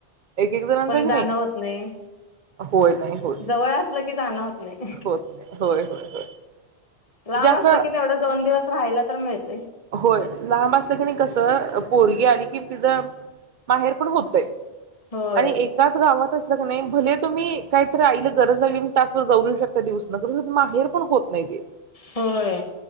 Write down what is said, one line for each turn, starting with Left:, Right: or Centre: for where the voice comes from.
Right: एक एक जणांच
Left: पण
Right: की
Left: जाणं
Right: नाही
Left: होत नाही!
Right: होय नाही होत
Left: जवळ असलं की जाणं होत नाही
Right: होत नाही होय होय होय म्हणजे
Left: लांब
Right: असं
Left: असलं कि तेवढं दोन दिवस राहायला तर मिळत
Right: होय लांब असलं की नाही कसं पोरगी आली कि तिचं माहेर पण होतंय!
Left: होय
Right: आणि एकाच गावात असल क नाही! भले तुम्ही काहीतरी आईला गरज आली तास शकते दिवसा नगर माहेर पण होत नाही ते!
Left: होय